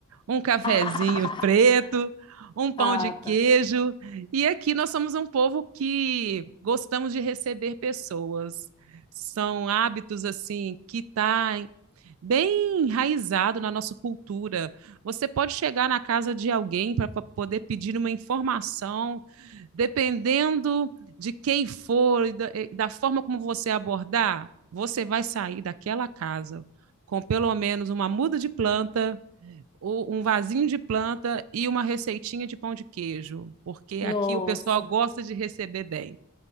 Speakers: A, on the right; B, on the left.
A: um cafezinho
B: <laughs>
A: preto, um pão
B: Ah,
A: de queijo.
B: tá.
A: E aqui nós somos um povo que gostamos de receber pessoas. São hábitos assim que está bem enraizado na nossa cultura. Você pode chegar na casa de alguém para poder pedir uma informação, dependendo de quem for e da, e da forma como você abordar, você vai sair daquela casa com pelo menos uma muda de planta um vasinho de planta e uma receitinha de pão de queijo, porque
B: Nossa.
A: aqui o pessoal gosta de receber bem.